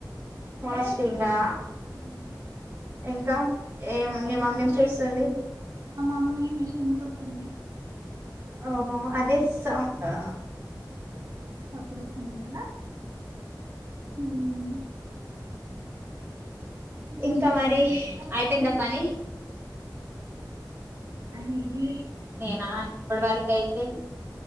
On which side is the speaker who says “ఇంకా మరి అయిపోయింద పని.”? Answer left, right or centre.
Right